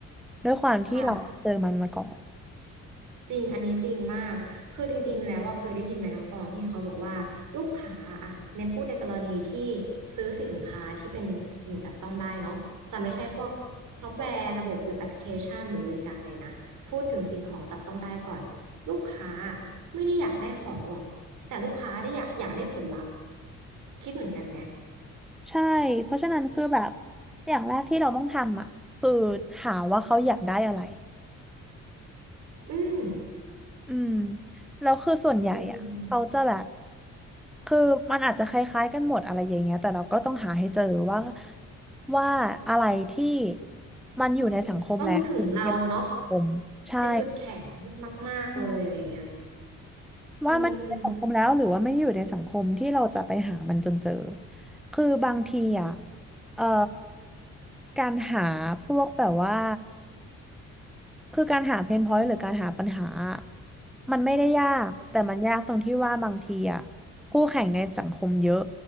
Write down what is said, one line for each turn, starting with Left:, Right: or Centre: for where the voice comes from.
Centre: ด้วยความที่เราเจอมันมาก่อน
Right: ค่ะ จริง อันนี้จริงมาก คือจริงๆแล้วว่าเคยได้ยินไหมน้องตองที่เขาบอกว่าลูกค้าอะในพูดในกรณีที่ซื้อสินค้าที่เป็นสิ่งจับต้องได้เนาะจะไม่ใช่พวกซอฟต์แวร์ระบบหรือแอปพลิเคชันหรือบริการเลยนะพูดถึงสิ่งของจับต้องได้ก่อนลูกค้าไม่ได้อยากได้ของหรอกแต่ลูกค้าได้อยากอยากได้ผลลัพธ์คิดเหมือนกันไหม
Centre: ใช่เพราะฉะนั้นคือแบบอย่างแรกที่เราต้องทำอ่ะคือหาว่าเขาอยากได้อะไร
Right: อืม
Centre: อืมแล้วคือส่วนใหญ่อ่ะเขาจะแบบ
Right: อืม
Centre: คือมันอาจจะคล้ายๆกันหมดอะไรอย่างเงี้ยแต่เราก็ต้องหาให้เจอว่าว่าอะไรที่มันอยู่ในสังคมแล้วหรือมันยังไม่อยู่ในสังคมใช่
Right: ต้องนึกถึงเราเนาะเป็นจุดแข็งมากๆเลยอะไรอย่างเงี้ย
Centre: อืมว่ามันอยู่ในสังคมแล้วหรือว่าไม่ได้อยู่ในสังคมที่เราจะไปหามันจนเจอ
Right: อืมอืม
Centre: คือบางทีอ่ะเอ่อการหาพวกแบบว่า คือการหาเพนพอยต์หรือการหาปัญหา มันไม่ได้ยากแต่มันยากตรงที่ว่าบางทีอ่ะคู่แข่งในสังคมเยอะ